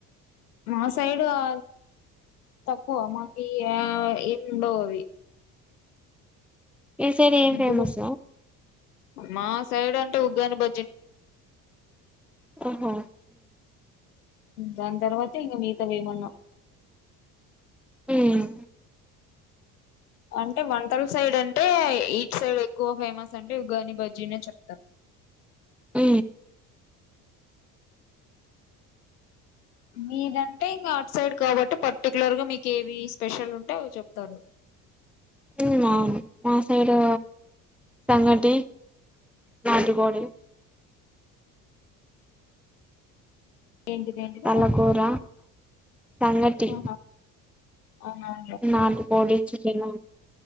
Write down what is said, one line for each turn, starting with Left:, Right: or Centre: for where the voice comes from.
Left: మా సైడ్ అ తకువ మాకి ఏం బౌ అవి
Centre: ఈసైడ్ ఏం
Left: ఇప్పుడు
Centre: ఫేమస్
Left: మా సైడ్ అంటే ఉగాని బ
Centre: ఓహో
Left: దాని తర్వాతే ఇం మీత వేయమన్నాం
Centre: ఉమ్
Left: అంటే వంటల సైడ్ అంటే ఈచ్ సైడ్ ఎక్కువ ఫేమస్ అంటే యుగాని బజీనేే చెప్తాారు
Centre: అ
Left: మీరంటే ఇంకా అవుట్ సైడ్ కాబట్టి పర్టికులర్ గా మీకు ఏవి స్పెషల్ ఉంటే అ చెప్తారు
Centre: ఉవును మా సైడు సంగటి నాటికోోడి
Left: ఏంటిది ఏంటిది
Centre: తలకూర సంగటి
Left: ఆహా అవునవునులే
Centre: నాలు కోడి చికెన్